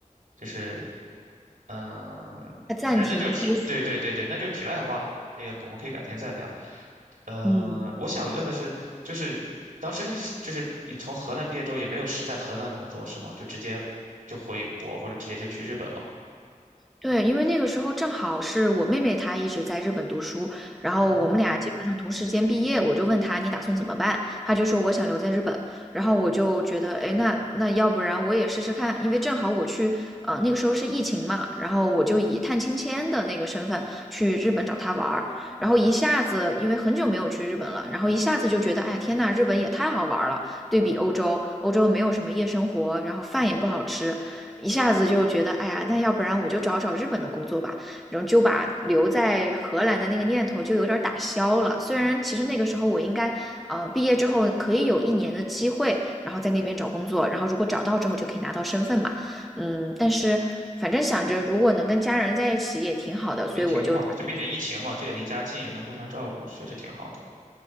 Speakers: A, on the right; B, in the centre.
A: 就是嗯、
B: 它暂停出，
A: 呃反正那就是题，对对对对，那就是题外话了嘛。那个我们可以改天再聊。呃，
B: 嗯。
A: 我想问的是，就是当时是就是你从荷兰毕业之后也没有是在荷兰工作是吗？就直接就回国或者直接就去日本了？
B: 对，因为那个时候正好是我妹妹她一直在日本读书，然后我们俩基本上同时间毕业，
A: 哦，
B: 我就问她你打算怎么办，她就说我想留在日本，然后我就觉得，哎，那那要不然我也试试看，因为正好我去，呃，那个时候是疫情嘛，然后我就以探亲签的那个身份去日本找她玩儿，然后一下子因为很久没有去日本了，然后一下子就觉得，哎，天呐，日本也太好玩儿了，对比欧洲，欧洲没有什么夜生活，然后饭也不好吃，一下子就觉得，哎呀，那要不然我就找找日本的工作吧，然后就把留在荷兰的那个念头就有点打消了。虽然其实那个时候我应该，呃，毕业之后可以有一年的机会，然后在那边找工作，然后如果找到之后就可以拿到身份嘛，嗯，但是反正想着如果能跟家人在一起也挺好的，所以我就打算，
A: 也挺好的，就并且疫情嘛，这也离家近，也能互相照顾，确实挺好的。